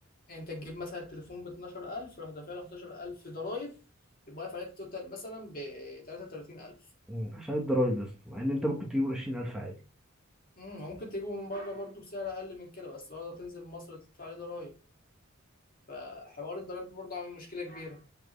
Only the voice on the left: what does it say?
يعني انت تجيب مثلا التليفون ب 12000 راح دافع له 11000 ضرايب يبقى واقف عليك توتال مثلا ب 33000
امم وممكن تجيبه من بره برضه بسعر اقل من كده بس برضه تنزل مصر تدفع عليه ضرايب فحوار الضرايب برضه عامل مشكله كبيره